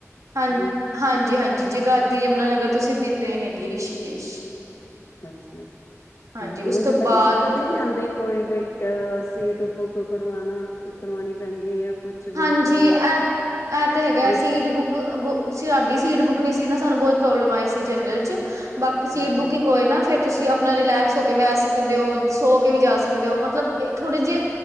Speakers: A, on the right (about 80°); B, on the left (about 55°).
A: ਹਾਂ,
B: ਦੀ
A: ਹਾਂਜੀ ਹਾਂਜੀ ਜਗਾਧਰੀ ਯਮੁਨਾਨਗਰ ਤੋਂ ਸਿੱਧੀ ਟ੍ਰੇਨ ਹੈਗੀ ਰਿਸ਼ੀਕੇਸ਼
B: ਅੱਛਾ
A: ਹਾਂਜੀ
B: ਠੀਕ ਹੈ ਓੰਜ
A: ਉਸ ਤੋਂ
B: ਵੈਸੇ
A: ਬਾਅਦ
B: ਦਿੱਕਤ ਤੇ ਨਹੀਂ ਆਉਂਦੀ ਕੋਈ ਵੀ ਅ ਸੀਟ ਬੁੱਕ ਕਰਵਾਣਾ ਕਰਵਾਉਣੀ ਪੈਂਦੀ ਹੈ ਕੁਛ ਵੀ
A: ਹਾਂਜੀ
B: ਪਹਿਲੇ
A: ਇਹ ਇਹ ਤੇ ਹੈਗਾ
B: ਵਿੱਚ
A: ਸੀਟ ਬੁੱਕ ਬੁ ਸਾਡੀ ਸੀਟ ਬੁੱਕ ਨੀ ਸੀ ਨਾ ਸਾਨੂੰ ਬਹੁਤ ਪ੍ਰੋਬਲਮ ਆਈ ਸੀ ਜਨਰਲ ਚ ਬਾਕੀ ਸੀਟ
B: ਅੱਛਾ
A: ਬੁਕਿੰਗ ਹੋਏ ਨਾ ਫਿਰ ਤੁਸੀਂ ਆਪਣਾ ਰਿਲੈਕਸ ਹੋ ਕੇ ਬਹਿ ਸਕਦੇ ਹੋ, ਸੋ ਕੇ ਵੀ ਜਾ ਸਕਦੇ ਹੋ ਮਤਲਬ ਇਹ ਥੋੜੇ ਜਿਹੇ